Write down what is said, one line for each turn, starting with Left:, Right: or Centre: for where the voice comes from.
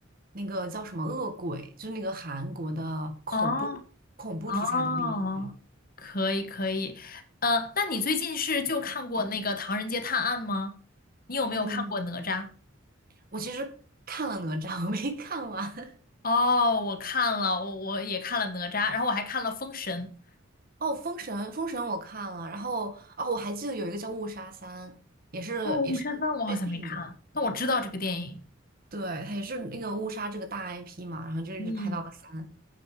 Right: 那个叫什么《恶鬼》，就那个韩国的恐怖
Left: <laughs> 哦
Right: 恐怖题材的那个剧。
Left: 哦，可以可以，呃，那你最近是就看过那个《唐人街探案》吗？你有没有看过哪吒？
Right: 嗯，我其实看了哪吒，我没看完。<laughs>
Left: 哦，我看了，我我也看了哪吒，然后我还看了封神。
Right: 哦，《封神》《封神》我看了，然后哦，我还记得有一个叫《误杀三》，也是也是最近的，
Left: 哦，武神三我好像没看，但我知道这个电影，
Right: 对，它也是那个误杀这个大 IP 嘛，然后就一直拍到了三。
Left: 嗯，